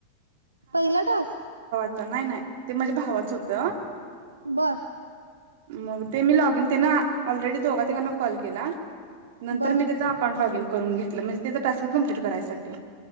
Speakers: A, on the right; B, on the right.
A: पहिला टास्क
B: नाय नाय ते माझ्या भावाच होत
A: बघ
B: मग ते मी लगेन तेना ऑलरेडी दोघा तघांना कॉल केला. नंतर
A: बर
B: मी त्याचा अकाउंटॉग इन कर. ून घेत म्हणजे त्या टास्क कम्प्लीट करायसाठी.